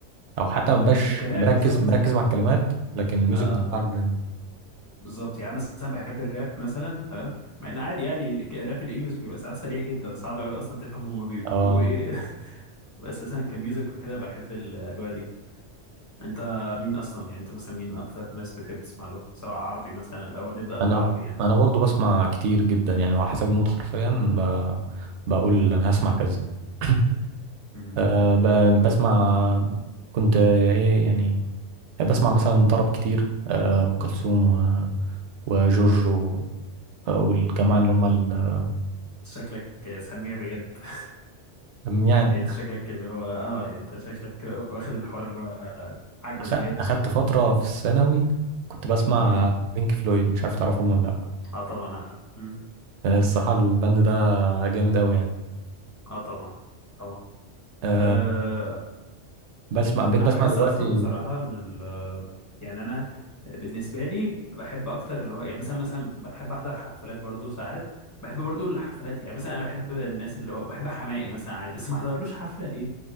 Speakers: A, on the right; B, on the left.
A: او حتى ما ببقاش
B: الكلام
A: مركز
B: بالظبط
A: مركز
B: <laughs>
A: مع الكلمات لكن الميوزك
B: اه
A: بتاعك باين
B: بالظبط يعني مثلا بحب الراب مثلا تمام مع ان عادي يعني ال- الراب الانجليش بيبقى ساعات سريع جدا صعب قوي اصلا تفهم هما بيقولوا
A: اه
B: ايه <laughs> بس مثلا كميوزك وكده بحب الاجواء دي انت مين اصلا يعني انت مثلا مين اكتر ناس بتحب تسمع له سواء عربي مثلا الاول نبدا بالعربي
A: انا
B: يعني
A: انا برضو بسمع كتير جدا يعني هو حسب المود حرفيا ب... بقول انا هسمع كذا <coughs>
B: امم
A: أه ب- بسمع كنت آه، ايه يعني بسمع مثلا طرب كتير آه، ام كلثوم و- وجورج
B: امم
A: و- والجماعه
B: امم
A: اللي هم ال-
B: شكلك سميع بجد <laughs>
A: يعني
B: يعني انت شكلك اللي هو اه يعني انت شكلك واخد الحوار اللي هو عاجبك
A: أخ-
B: بجد
A: اخدت
B: يعني
A: فتره في الثانوي كنت بسمع
B: امم
A: بينك فلويد مش عارف تعرفهم ولا لا
B: اه طبعا امم
A: آه، الصراحه الباند ده جامد قوي يعني
B: اه طبعا طبعا
A: أه
B: آه،
A: بسمع بقيت
B: انا
A: بسمع
B: بحس
A: دلوقتي
B: اصلا بصراحه ان ال يعني انا بالنسبه لي بحب اكتر اللي هو يعني مثلا مثلا بحب احضر حفلات برضو ساعات بحب برضو الحفلات يعني مثلا انا بحب الناس اللي هو بحب حماقي مثلا عادي بس ما احضرلوش حفله ليه